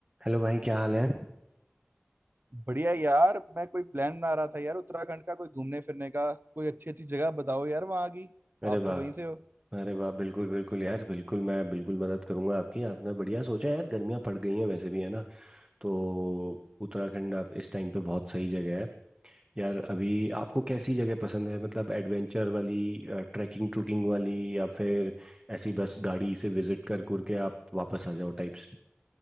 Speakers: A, on the right; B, on the right.
A: Hello भाई क्या हाल है
B: बढ़िया यार मैं कोई प्लान बना रहा था यार उत्तराखंड का कोई घूमने फिरने का कोई अच्छी अच्छी जगह बताओ यार वहाँ की
A: अरे
B: आप
A: वाह
B: तो वहीं से हो
A: अरे वाह बिल्कुल बिल्कुल यार बिल्कुल मैं बिल्कुल मदद करूंगा आपकी आपने बढ़िया सोचा यार गर्मियां पड़ गई हैं वैसे भी है ना तो उत्तराखंड आप इस टाइम पे बहुत सही जगह है यार अभी आपको कैसी जगह पसंद है मतलब एडवेंचर वाली ट्रैकिंग ट्रुकिंग वाली या फिर ऐसी बस गाड़ी से विजिट कर कर के आप वापस आ जाओ टाइप्स